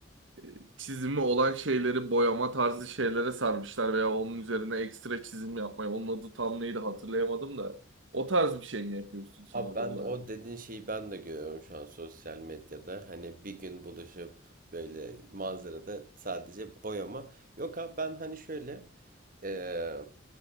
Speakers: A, on the right (about 75°); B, on the right (about 45°).
A: Ee, çizimi olan şeyleri boyama tarzı şeylere sarmışlar veya onun üzerine ekstra çizim yapmaya. Onun adı tam neydi hatırlayamadım da. O tarz bir şey mi yapıyorsun sen
B: Abi
A: abi
B: ben
A: olarak?
B: de o dediğin şeyi ben de görüyorum şu an sosyal medyada. Hani bir gün buluşup böyle manzarada sadece boyama. Yok abi ben hani şöyle e,